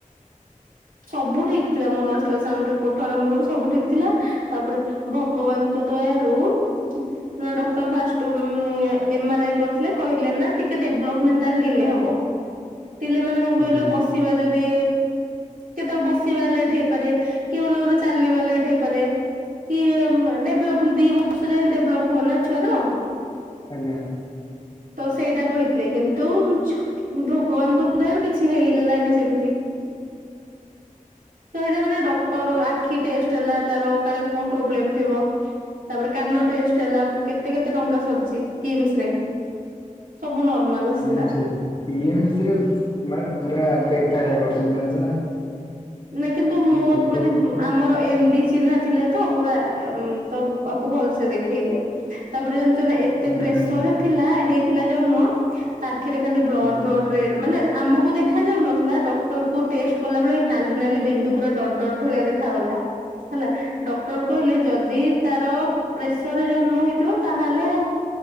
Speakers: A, on the right (about 85°); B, on the left (about 35°).
A: ସବୁ ଠିକ ଥିଲା ମୋର ଅଲଟ୍ରାସାଉଣ୍ଡ ରିପୋର୍ଟ ଠୁ ଆରମ୍ଭ କରି ସବୁ ଠିକ ଥିଲା ତାପରେ ଭଗବାନଙ୍କ ଦ୍ଵୟାରୁ ନା, ଡକ୍ଟର ଫାଷ୍ଟ ଏମେଆରଆଇ କରିଥିଲେ। କହିଲେ ନା ଟିକେ ଡେଭଲପମେଣ୍ଟାଲ ଡିଲେ ହବ। ଡିଲେ ମାନେ କଣ କହିଲ
B: ଆଜ୍ଞା
A: ବସିବା ଯଦି କେତେ ବେଳେ ବସିବା ଲେଟ୍ ହେଇପାରେ କି ମନେକର ଚାଲିବା ଲେଟ ହେଇପାରେ। କି ଡେଭଲପ ଦି ବର୍ଷ ଯାଏ ଡେଭଲପ ହୁଏନା ଛୁଆର।
B: ଆଜ୍ଞା।
A: ତ ସେଇଟା କହିଥିଲେ କିନ୍ତୁ ମିଛ। ଭଗବାନଙ୍କ ଦୟାରୁ କିଛି ହେଲା ସେମିତି ସେଇଟା ମାନେ ଡକ୍ଟର ଆଖି ଟେଷ୍ଟ ହେଲା ତାର କାଳେ କଣ ପ୍ରୋବଲେମ ଥିବ। ତାପରେ କାନ ଟେଷ୍ଟ ହେଲା କେତେ କେତେ ଟଙ୍କା ସରିଛି କିମ୍ସ ରେ। ସବୁ ନର୍ମାଲ। ଆସିଲା
B: କିମ୍ସରେ କିମ୍ସରେ ମାନେ ପୁରା ବେକାରିଆ କରୁଛନ୍ତି ଜାଣିଛ ନା।
A: ନା କିନ୍ତୁ ମୁଁ
B: ଚେକଅପ
A: ମାନେ
B: ଫେକଅପ
A: ଆମର ଏମଡି ଚିହ୍ନା ଥିଲେ ତ ପୁରା ତ ଆକୁ ଭଲସେ ଦେଖେଇଲେ। ତାପରେ ଜାଣିଛ ନା ଏତେ
B: ହୁଁ
A: ପ୍ରେସର ଥିଲା ହେଇଥିଲା ଜନ୍ମ ତାଆଖିରେ ଖାଲି ବ୍ଲଡ
B: ଆଜ୍ଞା
A: ବ୍ଲଡ ରେଡ୍ ମାନେ ଆମକୁ ଦେଖା ଯାଉନ ଥିଲା ଡକ୍ଟର କୁ ଟେଷ୍ଟ କଲା ବେଳେ ନାଲି ନାଲି ବିନ୍ଦୁ ପୁରା ଡଟ ଡଟ ଭଳିଆ ଦେଖାାଗଲା। ହେଲା ଡକ୍ଟର କହିଲେ ଯଦି ତାର ପ୍ରେସରରେ ଜନ୍ମ ହେଇଥିବ ତାହେଲେ